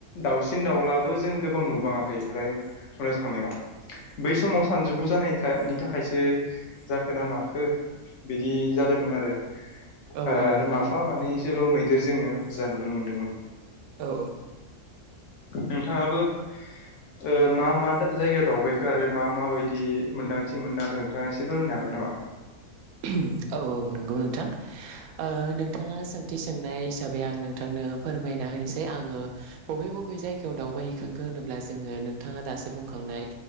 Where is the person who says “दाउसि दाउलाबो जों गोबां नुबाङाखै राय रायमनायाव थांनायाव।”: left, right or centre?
Left